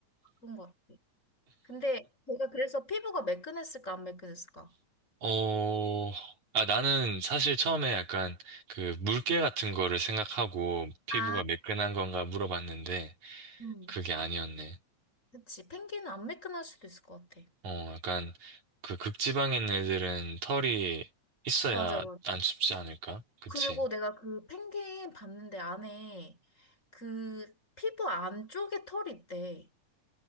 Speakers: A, on the left (about 25°); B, on the right (about 70°).
A: 그런 거 같아. 근데 내가 그래서 피부가 매끈했을까, 안 매끈했을까?
B: 어, 아, 나는 사실 처음에 약간 그 물개 같은 거를 생각하고 피부가
A: 아,
B: 매끈한 건가 물어봤는데,
A: 음,
B: 그게 아니었네.
A: 그치. 펭귄은 안 매끈할 수도 있을 것 같아.
B: 어, 약간 그 극지방에 있는 애들은 털이 있어야
A: 맞아, 맞아.
B: 안 춥지 않을까? 그치?
A: 그리고 내가 그 펭귄 봤는데 안에 그 피부 안쪽에 털이 있대.